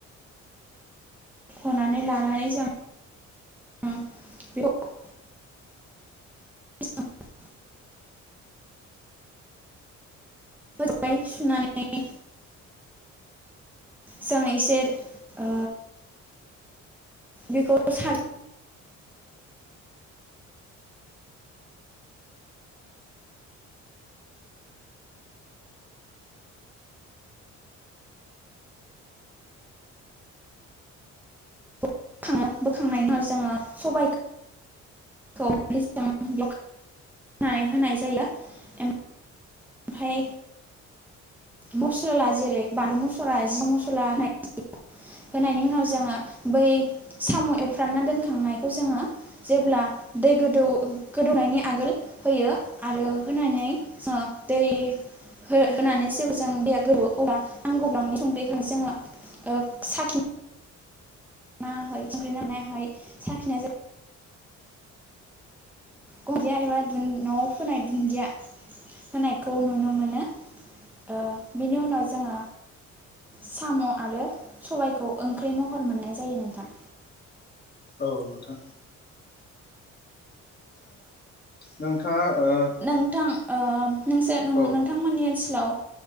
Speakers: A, in the centre; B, on the left.
A: हुख'नानै लानानै जों <unintelligible> <unintelligible> मोजांहाय सुनानै जों इसे ओ बेखौ सार बोखाङो बोखांनायनि उनाव जोङो सबाइ <unintelligible> नानै होनाय जायो। ओम फाय मस्ला जेरै बानलु मसला जिया मस्ला होनाय होनायनि उनाव जोङो बै साम एवफ्रानना दोनखांनायखौ जोंङो जेब्ला दै गोदौ गोदौनायनि आगोल होयो आरो होनानै जोंङो दै हो होनानै जेबो जों दैया गोदौवो अब्ला आं नांगौब्लांनि संख्रिखो जोङो ओ साखि नाङाखै संख्रि नां नायाहाय साखिनाय जायो दुनिदिया एबा दुन नवाव फोनाय दुन्दिया होनायखौ नुनो मोनो ओ बेनि उनाव जोङो साम आरो सबाइखौ ओंख्रि महर मोननाय जायो नोंथां।
B: औ नोंथां नोंथाङा ओ
A: नोंथां ओ नोंसोर नों
B: औ
A: नोंथांमोननि ओनस लाव